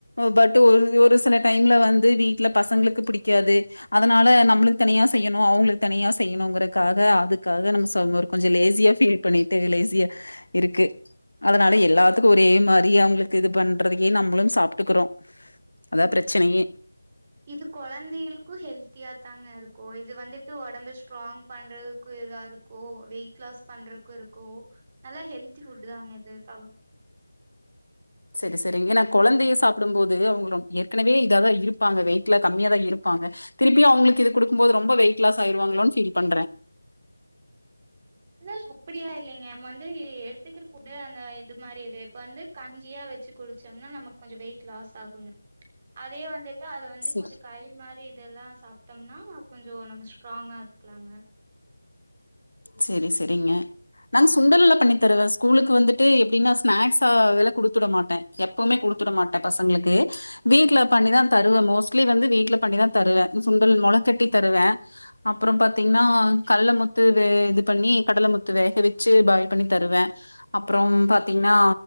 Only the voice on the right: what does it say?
இது கொழந்தைகளுக்கு ஹெல்த்தியா தாங்க இருக்கூ இது வந்துட்டு ஒடம்பு ஸ்ட்ராங் பண்றதுக்கு இதா இருக்கூ வெயிட் லாஸ் பண்றக்கு இருக்கூ நல்லா ஹெல் த்தி ஃபுட்டு தாங்க இது தவுன்
இல்லல் அப்பிடி எல்லா இல்லீங்க நம் வந்து இது எடுத்துக்கிற ஃபுட்டு அந்த இது மாரி இரு இப்ப வந்து கஞ்சியா வெச்சு குடிச்சம்னா நமக் கொஞ்சோ வெயிட் லாஸ் ஆகுங்க அதே வந்து ட்டு அத வந்து கொஞ்ச
களி மாரி இதெல்லா சாப்ட்டம்னா கொஞ்சோ நம்ம ஸ்ட்ராங்கா இருக்லாங்க